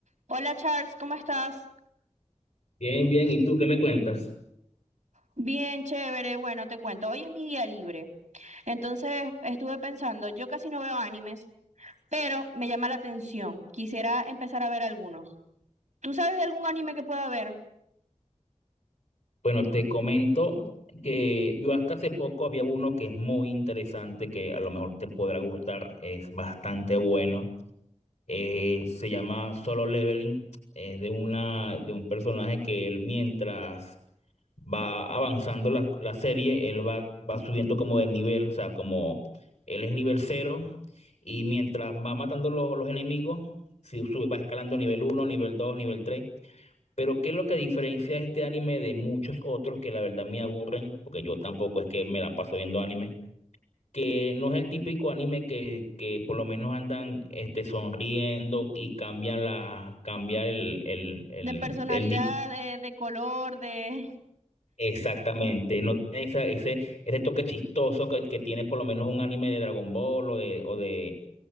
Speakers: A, on the right; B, on the left.
A: Hola Charles, ¿cómo estás?
B: Bien, bien. ¿Y tú qué me cuentas?
A: Bien, chévere. Bueno, te cuento, hoy es mi día libre. Entonces estuve pensando, yo casi no veo animes, pero me llama la atención. Quisiera empezar a ver algunos. ¿Tú sabes de algún anime que pueda ver?
B: Bueno, te comento que yo hasta hace poco había uno que es muy interesante, que a lo mejor te podrá gustar, es bastante bueno. Eh, se llama Solo Leveling, es de una, de un personaje que él mientras va avanzando la, la serie, él va, va subiendo como de nivel, o sea, como él es nivel cero y mientras va matando los, los enemigos, si sube- va escalando nivel uno, nivel 2, nivel 3. Pero ¿qué es lo que diferencia este anime de muchos otros que la verdad me aburren? Porque yo tampoco es que me la paso viendo anime. Que no es el típico anime que, que por lo menos andan este, sonriendo y cambian la, cambiar el, el, el,
A: De personalidad,
B: el di-
A: de, de color, de...
B: Exactamente, no tiene esa- ese, ese toque chistoso que, que tiene por lo menos un anime de Dragon Ball o de, o de